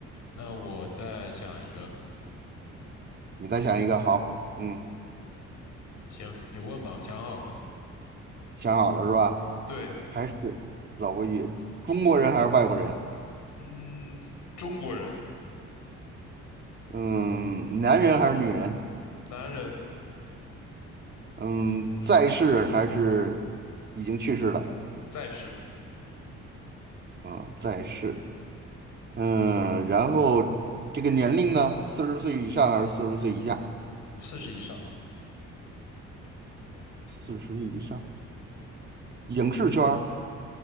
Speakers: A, on the left; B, on the right.
A: 那我再想一个。
B: 你再想一个，好，嗯，
A: 行，你问吧，想好了。
B: 想好了是吧？
A: 对，
B: 还是老规矩，中国人还是外国人？
A: 嗯，中国人，
B: 嗯，男人还是女人？
A: 男人，
B: 嗯，在世还是已经去世的？
A: 在世，
B: 嗯，在世。嗯，然后这个年龄呢，四十岁以上还是四十岁以下？
A: 嗯，四十以上。
B: 四十以上，影视圈儿，